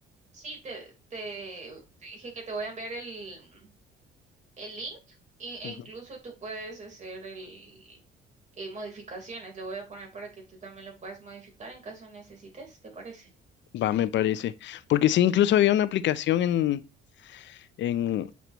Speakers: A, on the right; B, on the left.
A: sí, te, te, te dije que te voy a enviar el, el link y- e
B: Ujú.
A: incluso tú puedes hacer el... eh, modificaciones. le voy a poner para que tú también lo puedas modificar en caso necesites, ¿te parece?
B: Va, me parece. Porque sí, incluso había una aplicación en, en,